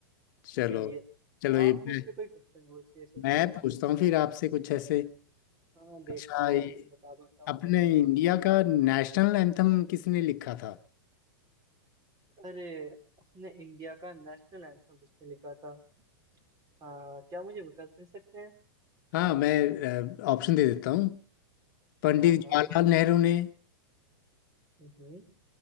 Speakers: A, on the left; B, on the right.
A: चलो
B: चलिए
A: चलो ये
B: आप मुझसे
A: मैं
B: कोई क्वेश्चन पूछिए चलिए
A: मैं पूछता हूँ फिर आपसे कुछ ऐसे
B: हाँ देखता
A: अच्छा
B: हूँ
A: ये
B: बता पाता हूँ
A: अपने
B: मैं कि नहीं
A: इंडिया
B: हाँ
A: का नेशनल एंथम किसने लिखा था
B: अरे अपने इंडिया का नेशनल एंथम किसने लिखा था हाँ क्या मुझे विकल्प मिल सकते हैं
A: हाँ मैं ऑप्शन दे देता हूँ पंडित
B: हाँ हाँ
A: जवाहरलाल नेहरू ने
B: हम्म हम्म